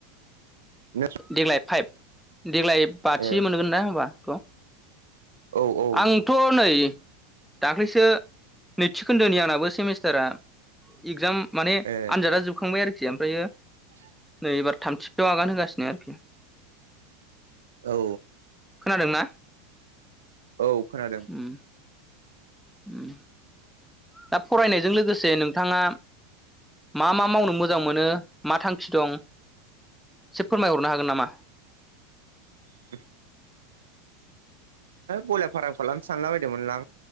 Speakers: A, on the right; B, in the centre.
A: नों
B: देग्लाय फाइभ देग्लाय बाथि
A: ए
B: मोनगोनदा होमबा थ'
A: औ औ
B: आंथ' नै दाख्लैसो नैथि खोन्दोनि आंनाबो सेमिस्टारा इगजाम माने
A: ए
B: आनजादा जोबखांबाय आरोखि ओमफायो
A: <inaudible>
B: एबार <unintelligible> आगान होगासिनो आरोखि
A: औ।
B: खोनादों ना?
A: औ खोनादों।
B: ओम। उम। दा फरायनायजों लोगोसे नोंथाङा मा मा मावनो मोजां मोनो मा थांखि दं एसे फोरमायहरनो हागोन नामा?
A: <unintelligible> बयलार फाराम खालामनो सानला बायदोंमोनलां